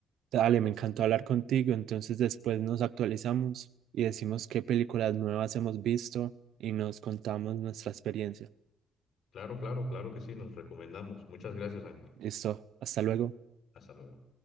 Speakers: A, on the right; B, on the left.
A: dale, me encantó hablar contigo. Entonces después nos actualizamos y decimos qué películas nuevas hemos visto y nos contamos nuestra experiencia.
B: Claro, claro, claro que sí, nos recomendamos. Muchas gracias, Ángel.
A: Listo, hasta luego.
B: Hasta luego.